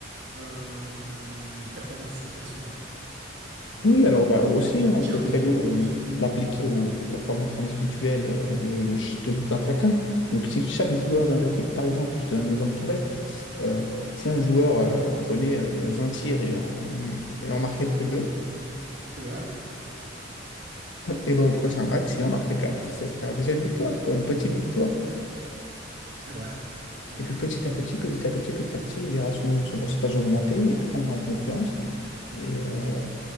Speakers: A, on the right; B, on the left.
A: euh, les, les performances personnelles. Voilà.
B: Oui, alors bah, aussi,
A: Ceux
B: hein,
A: qui
B: on
A: tirent
B: peut
A: beaucoup,
B: très bien euh,
A: ceux qui font beaucoup
B: l'appliquer
A: de passes.
B: aux, aux performances individuelles euh, de, de, ch- de tout un chacun. Donc, si chaque joueur dans l'équipe, par exemple, je te donne un exemple tout bête, euh, si un joueur euh, prenait euh, 20 tirs et en, et en marquait que 2,
A: C'est vrai,
B: et ben, au prochain match, s'il en marque 4, ce sera déjà une victoire, quoi, une petite victoire.
A: c'est vrai, c'est vrai,
B: Et puis petit à petit, petit à petit, petit à petit, il verra son, son pourcentage augmenter, il prendra en confiance. Et, euh,